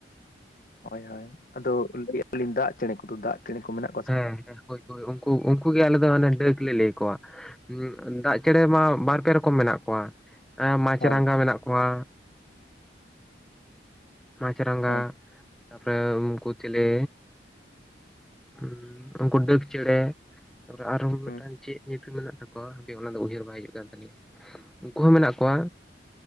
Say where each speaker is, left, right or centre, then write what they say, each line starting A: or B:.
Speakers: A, on the left; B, in the centre.
A: ᱦᱳᱭ-ᱦᱳᱭ ᱟᱫᱚ ᱞᱟᱹᱭᱮᱜᱞᱤᱧ ᱫᱟᱜ ᱪᱮᱬᱮ ᱠᱚᱫᱚ ᱫᱟᱜ ᱪᱮᱬᱮ ᱠᱚ ᱢᱮᱱᱟᱜ ᱠᱚᱼᱼ
B: ᱦᱮᱸ- ᱦᱮᱸ ᱦᱳᱭ-ᱦᱳᱭ ᱩᱱᱠᱩ, ᱩᱱᱠᱩ ᱜᱮ ᱟᱞᱮ ᱫᱚ ᱰᱟᱹᱠ ᱞᱮ ᱞᱟᱹᱭ ᱠᱚᱣᱟ᱾ ᱦᱩᱜ ᱫᱟᱜ ᱪᱮᱬᱮ ᱢᱟ ᱵᱟᱨᱯᱮ ᱨᱚᱠᱚᱢ ᱢᱮᱱᱟᱜ ᱠᱚᱣᱟ, ᱮ ᱢᱟᱪ
A: ᱦᱳᱭ
B: ᱨᱟᱸᱜᱟ ᱢᱮᱱᱟᱜ ᱠᱚᱣᱟᱼᱼ ᱢᱟᱪ ᱨᱟᱸᱜᱟ
A: ᱦᱳᱭ
B: ᱛᱟᱯᱚᱨᱮ ᱩᱱᱠᱩ ᱪᱤᱞᱤᱼᱼ ᱦᱩ ᱩᱱᱠᱩ ᱰᱟᱹᱠ ᱪᱮᱬᱮ ᱛᱟᱯᱚᱨᱮ ᱟᱨᱦᱚ ᱢᱤᱫᱴᱟᱝ
A: ᱦᱩᱸ
B: ᱪᱮᱫ ᱧᱩᱛᱩᱢᱼᱼ ᱴᱷᱤᱠ ᱢᱮᱱᱟᱜ ᱛᱟᱠᱚᱣᱟ ᱦᱟᱯᱮ ᱚᱱᱟ ᱫᱚ ᱩᱭᱦᱟᱹᱨ ᱵᱟᱭ ᱦᱤᱡᱩᱜ ᱠᱟᱱ ᱛᱟᱞᱤᱧᱟ ᱩᱱᱠᱩ ᱦᱚᱸ ᱢᱮᱱᱟᱜ ᱠᱚᱣᱟ,